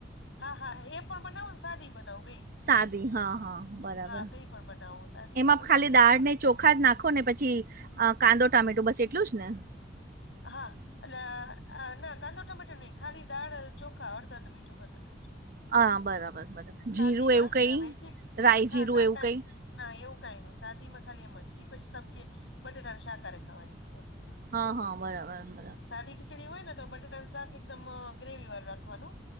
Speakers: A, on the left; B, on the right.
A: હા હા એ પણ બનાવુ ને સાદી બનાવું બે.
B: સાદી હા હા બરાબર
A: હા બે પણ બનાવો સાદી
B: એમાં
A: પણ બનાવો
B: ખાલી દાળ
A: એ પણ
B: ને ચો ઓખાદ નાખો ને પછી કાંદો ટામેટો બસ એટલું જ ને.
A: હા. એટલે ના કાંદો ટમેટર નઈ ખાલી દાળ ચોખા હળદર અને મીઠું બસ એટલું.
B: હા બરાબર બરાબર
A: સાદીમાં
B: જીરું એવું કઈ
A: અને વેજી
B: રાય
A: હા
B: જીરું
A: ના
B: એવું કઈ.
A: ના એવું કઈ નઈ. સાદીમાં ખાલી એમ જ પછી સબ્જી બટેટા ને શાકારે ખાવાની
B: હ હો બરોબર.
A: સાદી ખીચડી હોય ને તો બટાટાનું શાક એકદમ ગ્રેવી વારૂ રાખવાનું